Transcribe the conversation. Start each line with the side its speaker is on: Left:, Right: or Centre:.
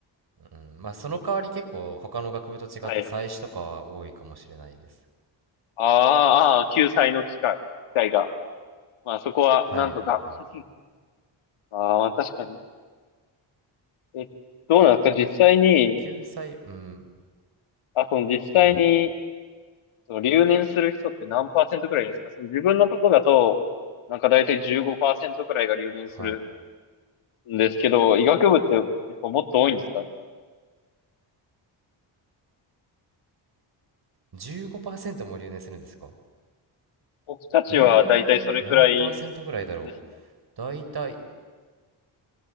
Right: ーうん、まあその代わり結構他の学部と違って祭祀とかは多いかもしれないです。
Left: はい。ああ、ああ救済の機会、機会が。まあそこは、
Right: はいはいはい。
Left: なんとか。<laughs> ああ、確かに。え、どうなんですか実際に、
Right: 救済、うん、
Left: あ、その実際に、
Right: うん、
Left: その留年する人って何パーセントくらいですかその自分のとこだと、なんか大体15%くらいが留年する
Right: はい。
Left: んですけど、医学部ってやっぱもっと多いんですかね。
Right: 15%も留年するんですか
Left: 僕たちはだいたいそれくらい
Right: えー、何パーセントぐらいだろう。
Left: ですね。
Right: だいたい